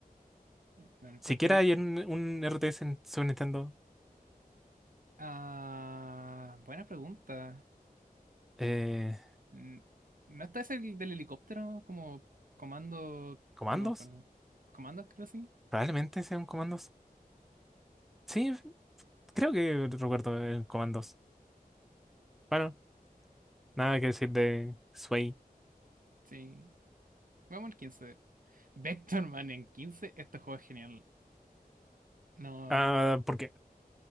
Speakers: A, on the right; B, in the centre.
A: Bueno, en el puesto
B: Siquiera
A: 15.
B: hay un, un RTS en Super Nintendo.
A: Ah, buena pregunta.
B: Eh,
A: Mm, ¿No está ese del helicóptero como comando?
B: ¿comandos?
A: No me acuerdo. ¿Comandos creo sí?
B: Probablemente sean comandos. Sí, Creo que recuerdo el Comandos. Bueno, nada que decir de Sway.
A: Sí. Vamos al quince Vectorman en quince Este juego es genial. No,
B: Ah,
A: no
B: ¿por qué?